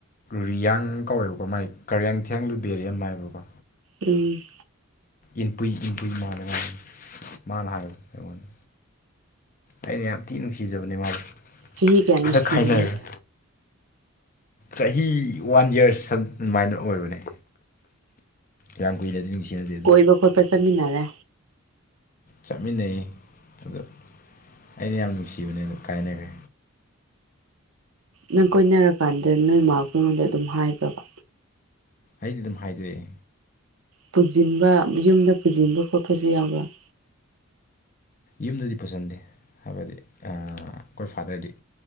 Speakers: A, on the left; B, on the right.
A: ꯔꯤꯌꯥꯡ ꯀꯧꯋꯦꯕꯀꯣ ꯃꯥꯏ ꯀꯔꯦꯡꯊꯦꯡ ꯂꯨꯕꯦꯔꯤꯝ ꯍꯥꯏꯕꯀꯣ
B: ꯎꯝ
A: ꯏꯟꯄꯨꯏ ꯏꯟꯄꯨꯏ ꯃꯥꯜꯂꯦ ꯃꯥꯅ ꯍꯥꯏ ꯑꯩꯉꯣꯟꯗ ꯑꯩꯅ ꯌꯥꯝ ꯊꯤ ꯅꯨꯡꯁꯤꯖꯕꯅꯦ ꯃꯥꯗꯣ
B: ꯆꯍꯤ ꯀꯌꯥ ꯅꯨꯡꯁꯤꯅꯔꯒꯦ
A: ꯍꯟꯗꯛ ꯈꯥꯏꯅꯒꯔꯦ ꯆꯍꯤ ꯋꯥꯟ ꯌꯔ ꯁꯝ ꯑꯗꯨꯃꯥꯏꯅ ꯑꯣꯏꯕꯅꯦ ꯌꯥꯝ ꯀꯨꯏꯅꯗꯤ ꯅꯨꯡꯁꯤꯅꯗꯦ ꯑꯗꯨꯕꯨ
B: ꯀꯣꯏꯕ ꯈꯣꯠꯄ ꯆꯠꯃꯤꯟꯅꯔꯦ
A: ꯆꯠꯃꯤꯟꯅꯩ ꯑꯗꯣ ꯑꯩꯅ ꯌꯥꯝ ꯅꯨꯡꯁꯤꯕꯅꯦ ꯑꯗꯣ ꯀꯥꯏꯅꯈ꯭ꯔꯦ
B: ꯅꯪ ꯀꯣꯏꯅꯔ ꯀꯥꯟꯗ ꯅꯣꯏꯃ ꯈꯣꯏꯗꯥ ꯑꯗꯨꯝ ꯍꯥꯏꯕ꯭ꯔꯕ
A: ꯑꯩꯗꯤ ꯑꯗꯨꯝ ꯍꯥꯏꯗꯣꯛꯑꯦ
B: ꯄꯨꯁꯤꯟꯕ ꯌꯨꯝꯗ ꯄꯨꯁꯤꯟꯕ ꯈꯣꯠꯄꯁꯨ ꯌꯥꯎꯕꯔ
A: ꯌꯨꯝꯗꯗꯤ ꯄꯨꯁꯤꯟꯗꯦ ꯍꯥꯏꯕꯗꯤ ꯑꯩꯈꯣꯏ ꯐꯥꯗꯔꯗꯤ